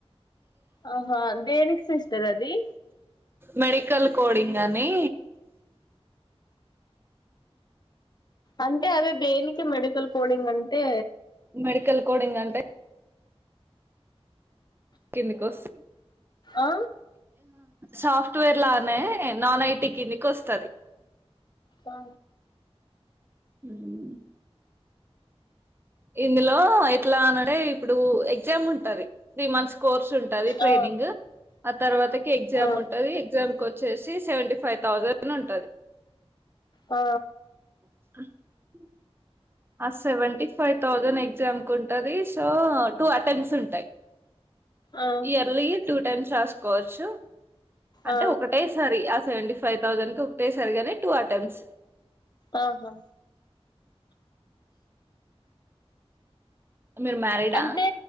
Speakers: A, on the left; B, on the right.
A: ఆహా దేనికి సిస్టర్ అదిీ
B: మెడికల్ కోడింగ్ అని
A: అంటే అవిే దేనికి మెడికల్ కోడింగ్ అంటే
B: మెడికల్ కోడింగ్ అంటే ఎన్ని కోస్
A: ఆ
B: సాఫ్ట్వేర్ లానే నాన్ ఐటీ కిందికి వస్తుంది
A: ఆ
B: ఉమా ఇందులో ఎట్లా అనంటే ఇప్పుడు ఎగ్జామ్ ఉంటది త్రీ మంత్స్ కోర్స్ ఉంట ట్రైనింగ్
A: ఆ
B: ఆ తర్వాత ఎగ్జామ్
A: ఆ
B: ఉంటది ఎగ్జా వచ్చేసి సెవెంటీ ఫైవ్ థౌజండ్ ఉంటుది
A: ఆ
B: <inaudible> సెవెంటీ ఫైవ్ థౌజండ్ ఎగ్జామ్ కు ఉంటుది సో టూ అటెంప్ట్స్ ఉంటాయి
A: ఆ
B: ఇయర్లీ టూ టైమ్స్ రాసుకోవచ్చు అంటే
A: ఆ
B: ఒకటే సారి ఆ సెవెంటీ ఫై్ ఫైవ్ థౌజండ్ కి ఒకటే సరిగానే టూ అటెంప్ట్స్
A: ఆహా
B: మీరు మ్యారీడా
A: అంటే